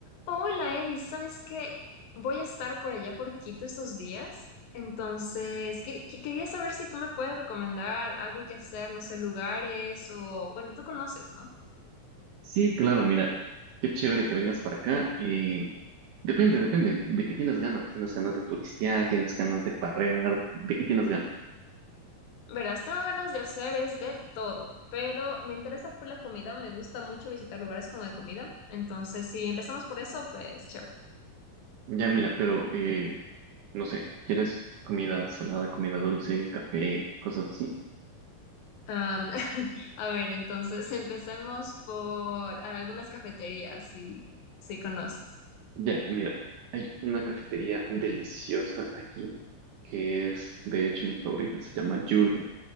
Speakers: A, on the left; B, on the right.
A: Hola Eddie, ¿sabes qué? Voy a estar por allá por Quito estos días, entonces que- que- quería saber si tú me puedes recomendar algo que hacer, no sé, lugares o, bueno, tú conoces, ¿no?
B: Sí, claro, mira, qué chévere que vengas para acá. eh, depende, depende, ¿de qué tienes ganas? ¿Tienes ganas de turistear? ¿Tienes ganas de parrear? ¿De qué tienes ganas?
A: Verás, tengo ganas de hacer es de todo, pero me interesa fue la comida, me gusta mucho visitar lugares como de comida, entonces si empezamos por eso, pues chévere.
B: Ya, mira, pero eh, no sé, ¿quieres comida salada, comida dulce, café, cosas así?
A: Am, <laughs> a ver, entonces <laughs> empecemos por algunas cafeterías, si, si conoces.
B: Ya, mira, hay una cafetería deliciosa aquí que es, de hecho, mi favorita, se llama Jürgen.